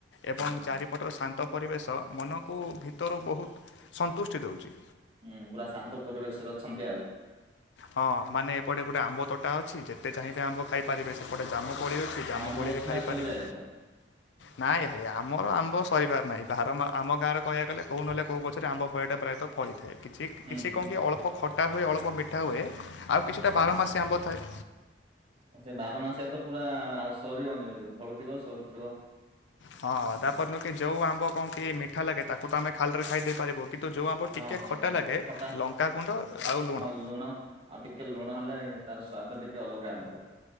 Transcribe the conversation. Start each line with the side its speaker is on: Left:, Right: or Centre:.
Left: ଏବଂ
Right: ଆଚ୍ଛା
Left: ଚାରି ଏପଟରେ ଶାନ୍ତ ପରିବେଶ, ମନକୁ ଭିତରୁ ବହୁତ ସନ୍ତୁଷ୍ଟି ଦେଉଚି।
Right: ହୁଁ, ପୁରା ଶାନ୍ତ ପରିବେଶ ରେ ଅଛନ୍ତି ଆଉ।
Left: ହଁ, ମାନେ ଏପଟେ ଗୋଟେ ଆମ୍ବ ତୋଟା ଅଛି, ଯେତେ ଚାହିଁବେ ଆମ୍ବ ଖାଇପାରିବେ, ସେପଟେ ଜାମୁକୋଳି ଅଛି। ଜାମୁକୋଳି
Right: ଆଉ ଆମ୍ୱ ଅଛି
Left: ବି ଖାଇପାରିବେ
Right: ନା, ସରି ଯାଇଛି ଆଉ?
Left: ନାଇଁ ଭାଇ ଆମର ଆମ୍ବ ସରିବାର ନାହିଁ, ଭାର ମା, ଆମ ଗାଁରେ କହିବାକୁ ଗଲେ, କଉ ନହେଲେ କୋଉ ଗଛରେ ଆମ୍ବ ଫଳିବାଟା ପ୍ରାୟ ତ ଫଳିଥାଏ କିଛି କିଛି
Right: ହୁଁ ହୁଁ
Left: କଣ କି ଅଳ୍ପ ଖଟା ହୁଏ ଅଳ୍ପ ମିଠା ହୁଏ ଆଉ କିଛିଟା
Right: ହଁ
Left: ବାର ମାସ ଆମ୍ବ ଥାଏ
Right: ସେ ବାର ମାସିଆ ତ ପୁରା ଆଉ ସରିବନି ଫଳୁଥିବ ସରୁଥିବ।
Left: ହଁ ତାପରେ ନୁହୁଁକି ଯୋଉ ଆମ୍ବ କଣ କି ମିଠା ଲାଗେ ତାକୁ ତ ଆମେ ଖାଲି ରେ ଖାଇ ଦେଇ ପାରିବୁ। କିନ୍ତୁ ଯଉ ଆମ୍ୱ
Right: ହଁ
Left: ଟିକିଏ
Right: ହଁ
Left: ଖଟା ଲାଗେ
Right: ଖଟା
Left: ଲଙ୍କାଗୁଣ୍ଡ ଆଉ ଲୁଣ
Right: ହଁ ଲୁଣ। ଆଉ ଟିକେ ଲୁଣ ହେଲେ ତାର ସ୍ଵାଦ ଟିକେ ଅଲଗା ହନ୍ତା।